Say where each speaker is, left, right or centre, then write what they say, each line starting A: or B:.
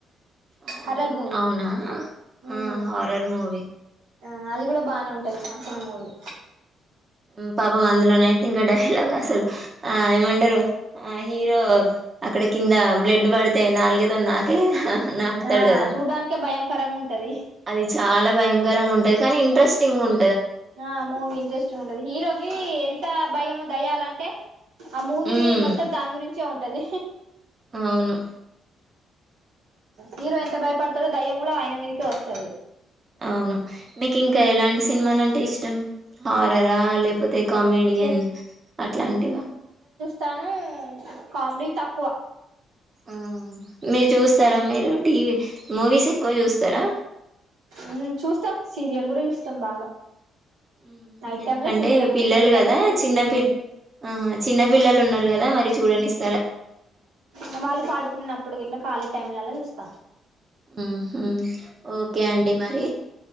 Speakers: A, on the right (about 35°); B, on the right (about 85°).
A: అవున్
B: హర్రర్ మూవీ
A: అవునా
B: మ్మ్
A: ఆ హారర్ మూవీ
B: ఆ అది కూడా బానే ఉంటది కాంచన మూవీ
A: హ్మ్ పాపం అందులో నైతే ఇంకా డైలాగ్ అసలు ఆ ఏమంటారు ఆ హీరో అక్కడ కింద బ్లడ్ పడితే నాల్గ తొన్ నాకే నాకుతాడు
B: ఆ
A: గదా
B: చూడ్డానికే భయంకరంగా ఉంటది
A: అది చాలా భయ కరంగ ఉంటాది కానీ ఇంట్రెస్టింగ్ ఉం
B: ఆ మూవీ ఇంట్రెస్టింగ్ ఉండది హీరోకి ఎంత భయము దయ్యాలంటే ఆ మూవీది
A: హ్మ్
B: మొత్తం దాని గురించే ఉంటది
A: అవును ఉమ్,
B: హీరో ఎంత బయపడతాడో దయ్యం కూడా ఆయన మీదికే ఓస్తది
A: అవును మిక్ ఇంకా ఎలాంటి సినిమాలంటే ఇష్టం హారర్ ఆ లేకపోతే కామెడియన్
B: ఎ
A: అట్లాంటివా
B: తాను కామెడీ తక్కువ
A: ఆ మీరు
B: మ్మ్
A: చూస్తారా మీరు టీవీ మూవీస్ ఎక్కువ చూస్తారా
B: ఉహ్మ్ చూస్తాం సీరియల్ కూడా చూస్తాం బాగా.
A: ఉమ్
B: నైట్
A: ఎందుకంటే
B: టైమ్ లో సీరియల్
A: పిల్లలు
B: డే టైమ్
A: కదా
B: లో మూవీస్
A: చిన్నపిల్ ఆహా చిన్న పిల్లలు ఉన్నారు. కదా మరి చుడానిస్.
B: ఉమ్ మళ్ళి పడుకున్నప్పుడు ఇట్లా ఖాళీ టైమ్లలా చూస్తా.
A: ఊహు ఓకే అండి మరి